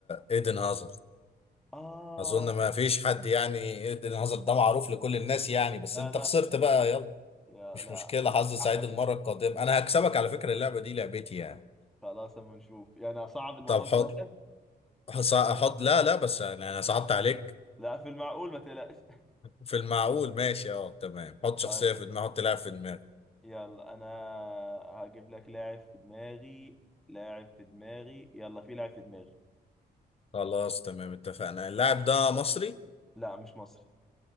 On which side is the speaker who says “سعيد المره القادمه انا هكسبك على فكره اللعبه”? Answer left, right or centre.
Left